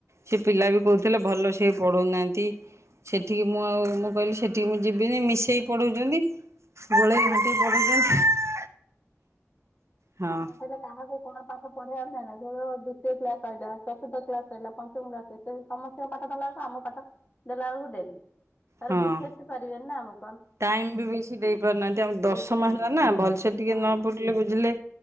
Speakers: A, on the right; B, on the left.
A: ସେ ପିଲା ବି କହୁଥିଲେ ଭଲ। ସେ ପଢ଼ଉନାହାଁନ୍ତି ସେଠିକି ମୁଁ ଆଉ ମୁଁ କହିଲି ସେଠିକି ମୁଁ ଯିବିନି ମିଶେଇକି ପଢ଼ାଉଛନ୍ତି। ଗୋଲେଇ ଘାଣ୍ଟି ପଢ଼ <inaudible> ହଁ
B: ଏବେ କାହାକୁ। କଣ ପାଠ ପଢିବା ଜାଣେନା ଦ୍ଵିତୀୟ କ୍ଲାସ ରହିଲା ଚତୁର୍ଥ କ୍ଲାସ ରହିଲା ପଞ୍ଚମ କ୍ଲାସ ସମସ୍ତଙ୍କ ପାଠ ସରିଲା ବେଳକୁ ଆମ ପାଠ ଦେଲା ବେଳକୁ ଡେରି। ଥରେ
A: ହଁ
B: ବୁଝେଇି ବି ପାରିବେନି। ନା ମ।
A: ଟାଇମ ବି ବେଶୀ ଦେଇ ପାରୁନାହାନ୍ତି ଆମେ ଦଶମ
B: ଦେଇପାରିବେନି
A: ହେଲା ନା ଭଲସେ ଟିକେ
B: ହଁ
A: ନ ପଢ଼ି ପାଢ଼ୀଲେ ବୁଝିଲେ